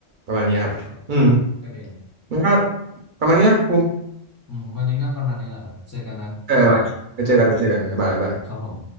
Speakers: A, on the right; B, on the left.
A: ประมาณนี้ครับอืม
B: โอเคก็ดีนะ
A: มันก็ประมาณนี้นะภูมิ
B: อืมวันนี้ก็ประมาณนี้แหละครับเจอกันนะครับ
A: เออไว้ไว้เจอกันไว้เจอกันบ๊ายบายบ๊ายบาย
B: ครับผม